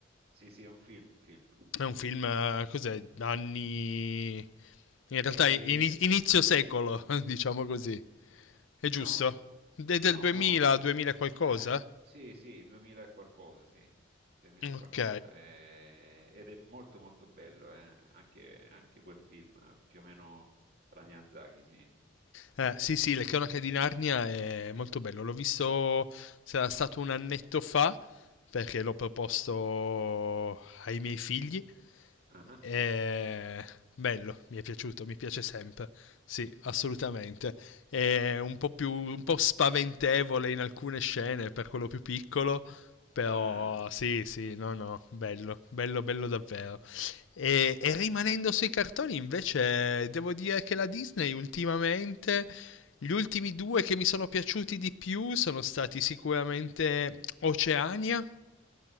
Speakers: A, on the right; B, on the left.
A: Sì, sì, è un film, un film.
B: È un film, eh, cos'è, anni... In realtà
A: E-
B: ini- inizio secolo, <laughs> diciamo così. È giusto?
A: no,
B: È del
A: no,
B: 2000,
A: no.
B: 2000 qualcosa?
A: Eh, sì, sì, 2000 e qualcosa, sì, 2000
B: Ok.
A: e qualcosa, eh, ed è molto molto bello, eh, anche, anche quel film, eh, più o meno alla Miyazaki, sì.
B: Eh, sì, sì, Le cronache di Narnia è molto bello. L'ho visto, sarà stato un annetto fa, perché l'ho proposto ai miei figli
A: Ah,
B: Eh, bello, mi è piaciuto, mi piace sempre. Sì, assolutamente. È un po' più, un po' spaventevole in alcune scene per quello più piccolo, però
A: ah,
B: sì, sì, no, no, bello, bello, bello davvero. E, e rimanendo sui cartoni, invece, devo dire che la Disney ultimamente, gli ultimi due che mi sono piaciuti di più sono stati sicuramente Oceania.